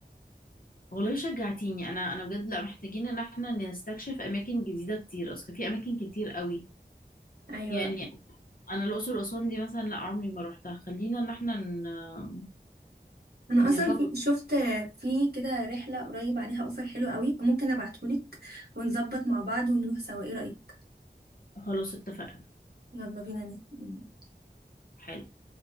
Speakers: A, on the left; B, on the right.
A: والله شجعتيني أنا أنا بجد لا محتاجين إن احنا نستكشف أماكن جديدة كتير أصل في أماكن كتير قوي
B: ايوه
A: يعني أنا الأقصر وأسوان دي مثلا لا عمري ما رحتها خلينا إن احنا ن-
B: انا
A: نفكر
B: اصلا في- شفت في كده رحله قريب عليها اوفر حلو قوي ممكن ابعتهولك ونظبط مع بعض ونروح سوا ايه رايك
A: خلاص اتفقنا
B: يلا بينا نت-
A: حلو